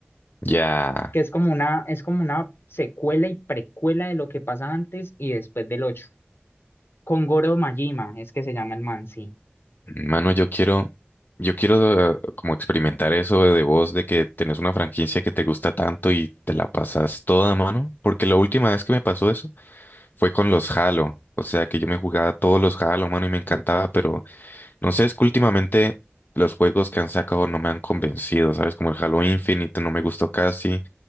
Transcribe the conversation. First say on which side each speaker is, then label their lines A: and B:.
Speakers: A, on the left; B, on the left.
A: Ya,
B: que es como una, es como una secuela y precuela de lo que pasa antes y después del ocho Con Goro Majima, es que se llama el man, sí.
A: mano, yo quiero, yo quiero eh, como experimentar eso de vos, de que tenés una franquicia que te gusta tanto y te la pasas toda, mano. Porque la última vez que me pasó eso fue con los Halo. O sea que yo me jugaba todos los Halo, mano, y me encantaba, pero No sé, es que últimamente los juegos que han sacado no me han convencido, ¿sabes? Como el Halo Infinite no me gustó casi,